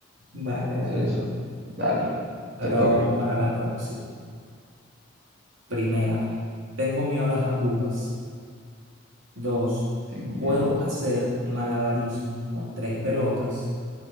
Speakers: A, on the right (about 80°); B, on the right (about 55°).
A: Vale,
B: Entonces,
A: dale, bro.
B: dale,
A: Ahora
B: te toca.
A: vamos para la próxima. Primera, tengo miedo a las agujas. Dos,
B: Tengo miedo.
A: puedo hacer malabarismo con tres pelotas.